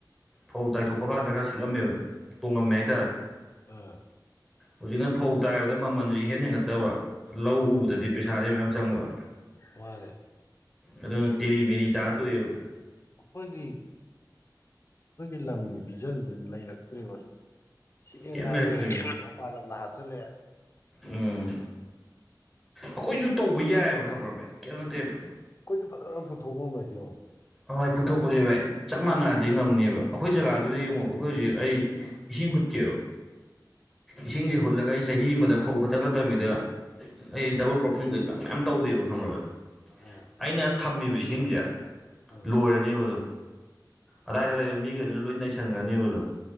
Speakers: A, in the centre; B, on the left.
A: ꯐꯧ ꯇꯥꯏꯊꯣꯛꯄ ꯀꯥꯟꯗ ꯈꯔ ꯁꯤꯠꯂꯝꯃꯦꯕ ꯇꯣꯡꯉꯝꯃꯦ ꯍꯥꯏ
B: ꯇꯦ ꯑ
A: ꯍꯨꯖꯤꯛꯅ ꯐꯧ ꯇꯥꯏꯕꯗ ꯃꯃꯜꯖꯦ ꯏꯍꯦꯟ ꯍꯦꯟꯒꯠꯇꯕ ꯂꯧ
B: ꯑꯥ
A: ꯎꯕꯗꯗꯤ ꯄꯩꯁꯥꯗꯤ ꯃꯌꯥꯝ ꯆꯪꯕ
B: ꯃꯥꯅꯦ
A: ꯑꯗꯨꯅ ꯇꯦꯔꯤ ꯃꯦꯔꯤ ꯇꯥꯔ ꯇꯣꯛꯑꯦꯕ
B: ꯑꯈꯣꯏꯒꯤ ꯑꯈꯣꯏꯒꯤ ꯂꯝꯒꯤ ꯚꯤꯖꯟꯖꯦ ꯂꯩꯔꯛꯇ꯭ꯔꯦꯕ ꯁꯨꯝ ꯆꯦꯡ
A: ꯀꯩꯝ
B: ꯍꯥꯏꯔꯦ
A: ꯂꯩꯔꯛꯇ꯭ꯔꯦꯕ
B: <unintelligible> ꯃꯄꯥꯟ ꯂꯝꯅ ꯍꯥꯠꯆꯜꯂꯛꯑꯦ
A: ꯎꯝ ꯑꯈꯣꯏꯖꯨ ꯇꯧꯕ ꯌꯥꯏꯑꯦꯕ ꯈꯪꯕ꯭ꯔ ꯚꯥꯏ ꯀꯩꯝ ꯅꯠꯇꯦꯕ
B: ꯑꯈꯣꯏꯖꯨ ꯐꯖꯅ ꯄꯨꯊꯣꯛ ꯉꯝꯃꯗꯤ ꯌꯦꯡꯉꯣ
A: ꯍꯣꯏ ꯍꯣꯏ ꯄꯨꯊꯣꯛꯄꯖꯦ ꯚꯥꯏ ꯆꯞ ꯃꯥꯟꯅꯔꯗꯤ ꯉꯝꯅꯦꯕ ꯑꯈꯣꯏ ꯖꯒꯥꯗꯨꯗ ꯌꯦꯡꯉꯣꯕ ꯑꯈꯣꯏ ꯍꯧꯖꯤꯛ ꯑꯩ ꯏꯁꯤꯡ ꯍꯨꯠꯀꯦꯕ ꯏꯁꯤꯡꯖꯦ ꯍꯨꯠꯂꯒ ꯑꯩ ꯆꯍꯤ ꯑꯃꯗ ꯐꯧ ꯈꯇꯪ ꯅꯠꯇꯕꯤꯗ ꯑꯩ ꯗꯕꯜ ꯀ꯭ꯔꯣꯞꯄꯤꯡ ꯀꯩꯀꯥ ꯃꯌꯥꯝ ꯇꯧꯒꯦꯕ ꯈꯪꯕꯔ ꯚꯥꯏ
B: ꯑ
A: ꯑꯩꯅ ꯊꯝꯃꯤꯕ ꯏꯁꯤꯡꯖꯦ
B: ꯑꯥ
A: ꯑꯣꯏꯔꯅꯦꯕ ꯑꯗꯣ ꯑꯗꯥꯏꯗ ꯂꯩꯕ ꯃꯤꯒꯩꯗꯨꯅ ꯂꯣꯏ ꯅꯩꯁꯟꯒ꯭ꯔꯅꯦꯕ ꯑꯗꯣ